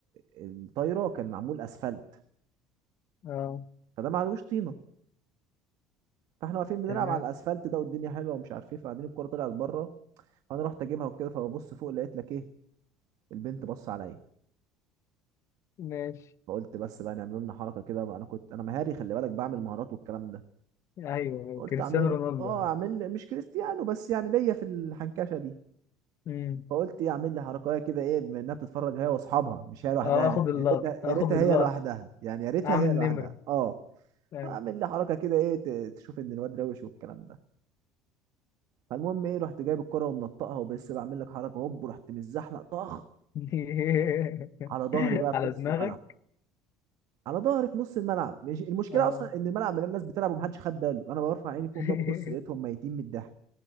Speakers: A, on the right (about 55°); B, on the left (about 40°).
A: الطايره كان معمول اسفلت
B: اه
A: فده معلوش طينه فاحنا واقفين بنلعب
B: تمام
A: على الاسفلت ده والدنيا حلوه ومش عارف ايه فبعدين الكوره طلعت بره فانا رحت اجيبها وكده فببص فوق لقيت لك ايه البنت بص عليا
B: ماشي
A: فقلت بس بقى نعمل لنا حركه كده بقى انا كنت انا مهاري خلي بالك بعمل مهارات والكلام ده
B: ايوه
A: قلت
B: كريستيانو
A: اعمل
B: رونالدو
A: اه
B: يعني.
A: اعمل مش كريستيانو بس يعني ليا في الحنكشه دي
B: امم
A: فقلت ايه اعمل لي حركه كده ايه بما انها بتتفرج هي واصحابها مش هي لوحدها
B: اه اخد اللقطه
A: يا ريتها يا
B: اخد
A: ريتها
B: اللقطه
A: هي لوحدها يعني يا ريتها
B: اعمل
A: هي لوحدها
B: نمره
A: اه
B: أيوة.
A: اعمل لي حركه كده ايه ت- تشوف ان الواد روش والكلام ده فالمهم ايه رحت جايب الكرة ومنطقها وبس بعمل لك حركة هوب ورحت متزحلق طخ
B: <laughs>
A: على ظهري بقى
B: على
A: في نص
B: دماغك
A: الملعب على ظهري في نص الملعب مش المشكلة
B: اه
A: اصلا ان الملعب مليان الناس بتلعب ومحدش خد باله انا برفع عيني فوق
B: <laughs>
A: بقى ببص لقيتهم ميتين من الضحك